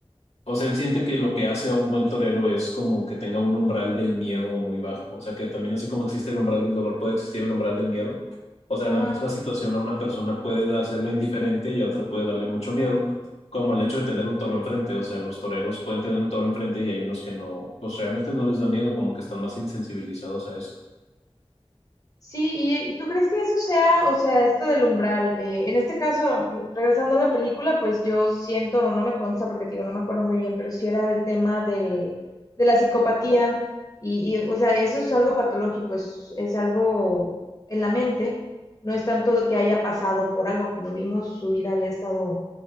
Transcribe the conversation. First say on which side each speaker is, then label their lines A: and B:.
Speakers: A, on the left (about 85°); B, on the left (about 35°).
A: o sea, él siente que lo que hace a un buen torero es como que tenga un umbral del miedo muy bajo, o sea, que también así como existe el umbral del dolor, puede existir el umbral del miedo, o sea,
B: Ajá.
A: la misma situación a una persona puede hacerla indiferente y a otra puede darle mucho miedo, como el hecho de tener un toro enfrente, o sea, los toreros pueden tener un toro enfrente y hay unos que no, pues realmente no les da miedo, como que están más insensibilizados a esto.
B: Sí, y, y tú crees que eso sea, o sea, esto del umbral, eh, en este caso, r- regresando a la película, pues yo siento, no me consta porque te digo, no me acuerdo muy bien, pero sí era el tema del, de la psicopatía, y, y, o sea, eso es algo patológico, es, es algo en la mente, no es tanto que haya pasado por algo, como vimos, su vida había estado